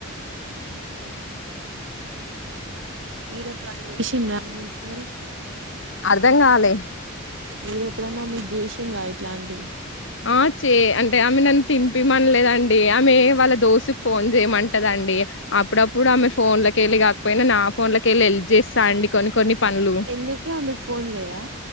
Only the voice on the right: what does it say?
హ మీరెప్పుడు అ చేస రా అమెంటి మరి
మీరు ఎప్పుడన్నా మీరు చేసిన రా ఇట్లాంటివి
ఎందుకు ఆమెకు ఫోన్ లేదా